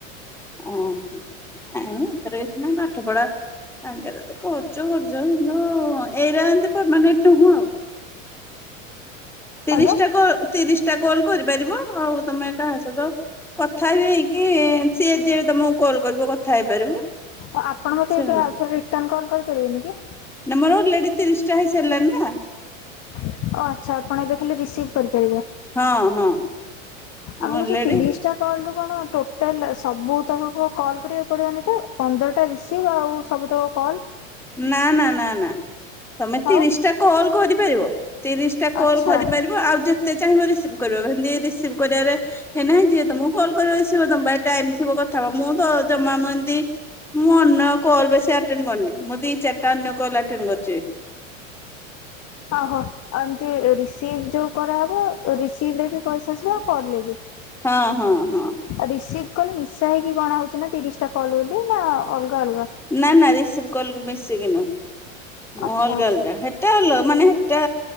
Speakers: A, in the centre; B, on the left (about 40°).
A: ଓହୋ, ନାଇଁ ସେଥିରେ କିଛି ନାହିଁ ପାଠ ପଢା ତାଙ୍କେରେ ତ କରୁଛ କରୁଛ କିନ୍ତୁ ଏଇରେ ଏମତି ପରମାନେଣ୍ଟ ହୁଉ। ତିରିଶ
B: ଆଜ୍ଞା
A: ଟା କଲ ତିରିଶ ଟା କଲ କରିପାରିବ ଆଉ ତମେ କାହା ସହିତ କଥା ବି ହେଇକି ସିଏ ଯେ ତମକୁ କଲ୍ କରିବ କଥା ହେଇପାରିବ।
B: ଆପଣ ମତେ
A: ସେମିତି
B: ଏବେ ଆଉ ଥରେ ରିଟର୍ଣ୍ଣ କଲ କରିପାରିବେନି କି?
A: ନାଁ ମୋର ଅଲେଡିି ତିରିଶଟା ହେଇସାରିଲାଣି ନା।
B: ଓ ଆଚ୍ଛା ଆପଣ ଏବେ ଖାଲି ରିସିଭ୍ କରିପାରିବେ?
A: ହଁ ହଁ। ମୁଁ
B: ଆମକୁ
A: ଅଲରେଡି
B: ଯୋଉ ତିରିଶ କଲ ରୁ କଣ ଟୋଟାଲ ସବୁ ତ କଲ କରିବାକୁ ପଡିବନି ତ ପନ୍ଦ <unintelligible> ଟା ରିସିଭ୍ ଆଉ ସମସ୍ତଙ୍କ କଲ।
A: ନା ନା ନା ନା। ତମେ ତିରିଶ
B: ଆଉ
A: ଟା କଲ କରିପାରିବ ତିରିଶ ଟା କଲ
B: ଆଚ୍ଛା
A: କରିପାରିବ ଆଉ ଯେ ଯେତେ ଚାହିଁବ ରିସିଭ କରିବ ସେମିତି ରିସିଭ କରିବାରେ ନାହିଁ ଯିଏ ତମକୁ କଲ୍ କର ସିିବ ତମ ଟାଇମ ଥିବ କଥା ହବ ମୁଁ ତ ଜମା ମୁଁ ଏମିତି ମୁଁ ଅନ୍ୟ କୋଲ ବେଶୀ ଆଟେଣ୍ଡ କରିନି ମୁଁ ଦିଇ ଚାରିଟା ଅନ୍ୟ କୋଲଟେଣ୍ଡ କରିଚି।
B: ଓଁହଁ ଆଉ ଏମିତି ରିସିଭ ଯୋଉ କରାହେବ ରିସିଭ ରେ ବି ପଇସା ଆସିବ ଆଉ କଲ ରେ ବି।
A: ହଁ ହଁ।
B: ରିସିଭ କଲ ମିଶା ହେଇକି ଗଣା ହଉଛି ନା ତିରିଶ ଟା କଲ ବୋଲି ନା ଅଲଗା ଅଲଗା।
A: ନା ନା ରସିପ କଲ ମିଶିକି ନୁହଁ
B: ଆଚ୍ଛା
A: ଅଲଗା
B: ଆଚ୍ଛା
A: ଅଲଗା ହେ ଟା ଅଲ ମାନେ ସେଟା